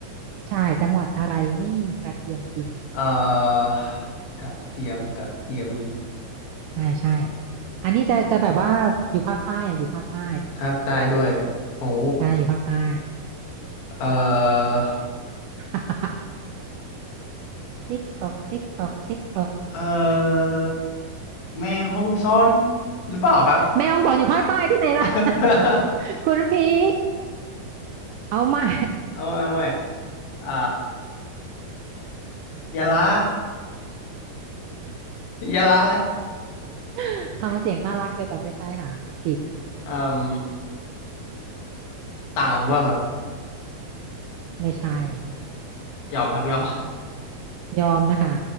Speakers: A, on the right (about 80°); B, on the left (about 75°).
A: ใช่จังหวัดอะไรไม่มีกระเทียมกิน
B: เอ่อกระเทียมกระเทียม
A: ใช่ใช่อันนี้จะจะแบบว่าอยู่ภาคใต้อะอยู่ภาคใต้
B: ภาคใต้ด้วยโอ้
A: ใช่อยู่ภาคใต้
B: เอ่อ
A: <laughs> ติ๊กตอกติ๊กตอกติ๊กตอก
B: เออแม่ฮองซอนหรือเปล่าครับ
A: แม่ฮ่องสอนอยู่ภาคใต้ที่ไหนล่ะ
B: <laughs>
A: <laughs> คุณพี่ <laughs> เอาใหม่
B: เอาเอาใหม่อ่ายะลายะลาแล้ว
A: <laughs> ทำเสียงน่ารักเชียวแต่ไม่ใช่ค่ะผิด
B: อืมตังว่าครับ
A: ไม่ใช่
B: ยอมครับยอม
A: ยอมนะคะ